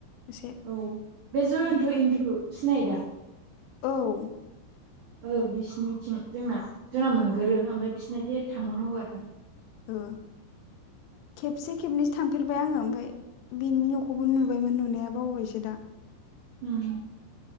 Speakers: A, on the left; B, on the right.
A: एसे
B: औ बे जयन्त
A: उम
B: एमपिखौ सिनायो दा?
A: औ
B: ओ बिसिनिथिं जोंना जोंना मोनगोरो
A: उम
B: ओमफ्राय बिसोरना एसे थांबावनांगौ आरो।
A: ओ खेबसे खेबनैसो थांफेरबाय आङो ओमफ्राय बिनि न'खौबो नुबायमोन नुनाया बावबायसो दा।
B: उम